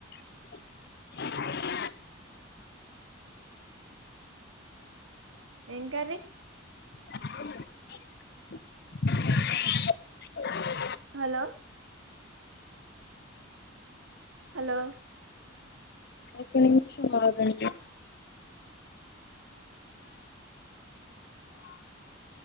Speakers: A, on the left (about 55°); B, on the right (about 70°).
A: <unintelligible>
B: ఎం కర్రీ
A: <inaudible>
B: హలో హలో
A: ఒక నిమిషం ఆగు గన్ని